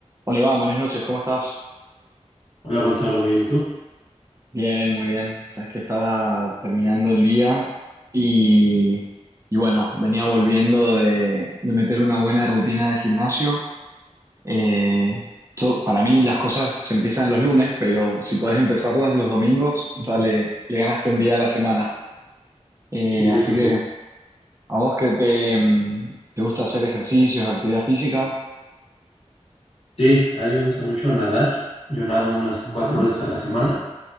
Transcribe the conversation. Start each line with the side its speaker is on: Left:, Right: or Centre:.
Right: Hola Iván, buenas noches, ¿cómo estás?
Left: Hola Gonzalo, bien, ¿y tú?
Right: Bien, muy bien. Sabes que estaba terminando el día y, y bueno, venía volviendo de, de meter una buena rutina de gimnasio. Eh, yo- para mí las cosas se empiezan los lunes, pero si podés empezarlas los domingos, ya le, le ganaste un día a la semana. Eh,
Left: Sí,
Right: así
Left: eso sí.
Right: que a vos que te, mm, te gusta hacer ejercicios, actividad física.
Left: Sí, a mí me gusta mucho nadar. Yo nado unas cuatro
Right: Ujú,
Left: veces a la semana.